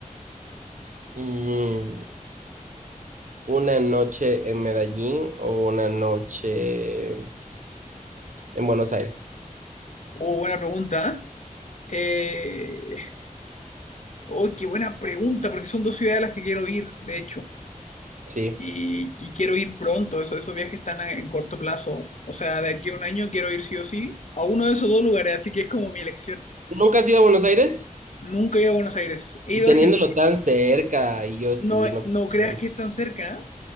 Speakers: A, on the right; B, on the left.
A: Mm, ¿una noche en Medellín o una noche en Buenos Aires?
B: Oh, buena pregunta. ¿eh? Eh, oh, qué buena pregunta, porque son dos ciudades a las que quiero ir, de hecho.
A: Sí.
B: Y, y quiero ir pronto, eso, esos viajes están a- en corto plazo. O sea, de aquí a un año quiero ir sí o sí a uno de esos dos lugares, así que es como mi elección.
A: ¿Nunca has ido a Buenos Aires?
B: Nunca he ido a Buenos Aires, he
A: Y
B: ido
A: teniéndolo
B: a Argentina.
A: tan cerca, y yo sí,
B: No,
A: no
B: no
A: puedo
B: creas
A: creerlo.
B: que es tan cerca, ¿eh?